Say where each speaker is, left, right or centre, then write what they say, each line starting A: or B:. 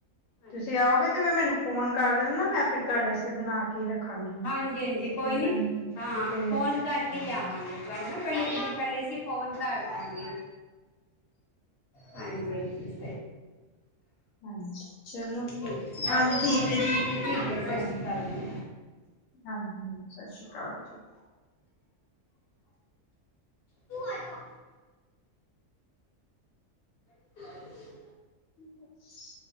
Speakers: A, on the left; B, on the left.
A: ਹਾਂਜੀ
B: ਤੁਸੀ ਆਓਗੇ ਤੇ ਮੈਂ ਮੈਨੂੰ ਫੋਨ ਕਰ ਦੇਨਾ ਨਾ ਮੈਂ ਫਿਰ ਤੁਆਡੇੇ ਵਾਸਤੇ ਬਨਾ ਕੇ ਰੱਖਾਂਗੀ।
A: ਹਾਂਜੀ ਹਾਂਜੀ
B: ਤੇ ਫਿਰ
A: ਕੋਈ ਨੀ
B: ਮੈਨੂੰ
A: ਹਾਂ
B: ਟੇਸਟ
A: ਫੋਨ ਕਰਕੇ
B: ਹਾਂਜੀ,
A: ਆਵਾਂਗੇ ਤੁਹਾਨੂੰ ਨਾ ਪਹਿਲੇ ਇੱਕ ਦਿਨ ਪਹਿਲੇ ਅਸੀਂ ਫੋਨ ਕਰ ਦਾਂਗੇ
B: <inaudible>
A: ਹਾਂਜੀ ਹਾਂਜੀ
B: ਹਾਂਜੀ ਚਲੋ
A: ਠੀਕ ਹੈ
B: ਹਾਂਜੀ
A: ਸਤਿ
B: ਠੀਕ ਹੈ ਜੀ ਹਾਂਜੀ
A: ਸ਼੍ਰੀ ਅਕਾਲ ਜੀ
B: ਹਾਂਜੀ ਸਤਿ ਸ੍ਰੀ ਅਕਾਲ ਜੀ
A: ਤੂੰ ਆ <inaudible>
B: ਹਮ